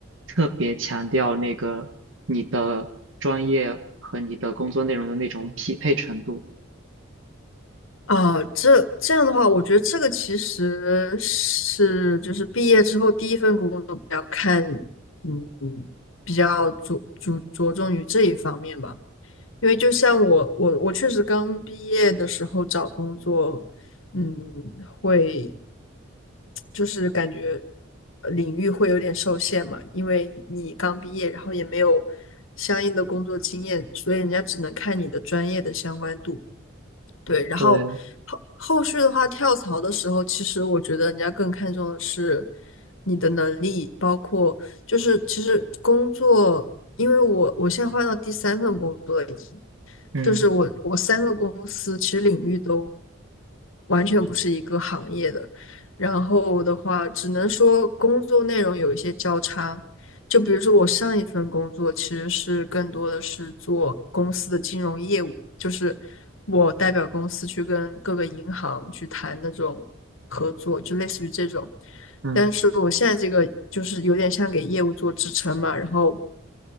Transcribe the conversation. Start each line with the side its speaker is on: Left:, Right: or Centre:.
Right: 特别强调那个你的专业和你的工作内容的那种匹配程度。
Left: 啊，这这样的话，我觉得这个其实是就是毕业之后第一份工作比较看，嗯，比较着着着重于这一方面吧。因为就像我我我确实刚毕业的时候找工作，嗯，会就是感觉呃领域会有点受限嘛，因为你刚毕业，然后也没有相应的工作经验，所以人家只能看你的专业的相关度。对，然后后后续的话，
Right: 对，
Left: 跳槽的时候，其实我觉得人家更看重的是你的能力，包括就是其实工作，因为我我现在换到第三份工作了已经。
Right: 嗯
Left: 就是我我三个公司其实领域都完全不是一个行业的，然后的话只能说工作内容有一些交叉，就比如说我上一份工作其实是更多的是做公司的金融业务，就是我代表公司去跟各个银行去谈那种合作，就类似于这种。
Right: 嗯
Left: 但是我现在这个就是有点像给业务做支撑嘛，然后